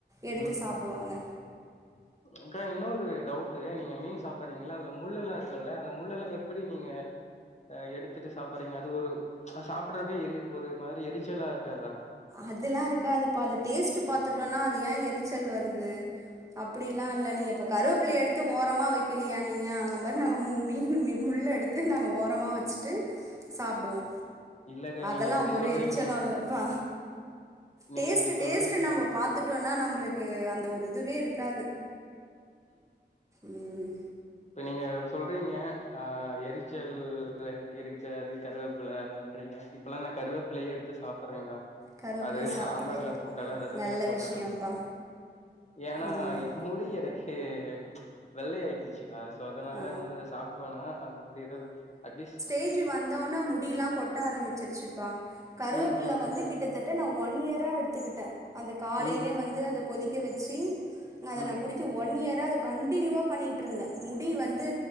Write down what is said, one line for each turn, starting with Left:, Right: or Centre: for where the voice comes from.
Right: எடுத்து
Left: ம்.
Right: சாப்டுவாங்க
Left: அக்கா இன்னொரு டவுட் டு நீங்க மீன் சாப்ட்றீங்கள அதுல முள்ளல்லா இருக்கும்ல அந்த முள்ளல்லா எப்புடி நீங்க அ எடுத்துட்டு சாப்பட்றீங்க அது ஒரு ச் சாப்புட்றபே எரி ஒரு மாரி எரிச்சலா இருக்காதா
Right: அதுல்லாருக்காது பா அது டேஸ்ட் பாத்துடோன்னா அது ஏ எரு சல் வருது அப்டிலா இல்ல நீங்க இப்ப கருவாப்பில்லைய எடுத்து ஓரமா வைக்கலயா நீங்க அந்த மாரி நாங்க மூ மீனு மீ முல்ல எடுத்து நாங்க ஓரமா வச் வச்சுட்டு சாப்டுவோ
Left: இல்லக்கா
Right: அதலா
Left: நீங்க இப்படி
Right: ஒரு
Left: சொல்றீங்க
Right: எரிச்சலுல்லபா
Left: நீங்க
Right: டேஸ்ட்டு
Left: இப்படி சொல்றீங்க.
Right: டேஸ்ட் நம்ப பாத் கத்துட்டோன்னா நம்பள்க்கு அந்த ஒரு இதுவே இருக்காது ம்
Left: இப்ப நீங்க சொல்கிறீங்க அ எரிச்சல் எது இருக்காது கருவாப்பில அ பண்றிங்க இப்பெல்லா நா கருவேப்பிள்ளையே எடுத்து சாப்டுறேங்க்கா
Right: கருவேப்பிலைய
Left: அது
Right: சாப்புட்றே
Left: சாம்பார்ல போட்டாலோ ரசத்துல
Right: நல்ல
Left: போட்டாலோ
Right: விஷயம்ப்பா
Left: ஏன்னா
Right: ம்
Left: முடி எனக்கு வெள்ளை ஆயிட்டுச்சுக்கா சோ அதனால
Right: ஆ
Left: வந்து அத சாப்ட்டோம்னா அது வந்து ஏதோ அட்லீஸ்ட்
Right: ஏஜ்ஜு வந்தோன முடிலா கொட்ட ஆரம்பிச்சிருச்சுப்பா கருவேப்புல்ல
Left: ம், ம்,
Right: வந்து கிட்டத்தட்ட நா ஒன் இயரா எடுத்துக்கிட்டே அந்த காலையிலேயு
Left: ம்,
Right: வந்து அத கொதிக்க வச்சு அத
Left: ம்.
Right: நா குடிச்சு ஒன் இயரா அத கன்டினியூவ பண்ணிட்ருந்தே முடி வந்து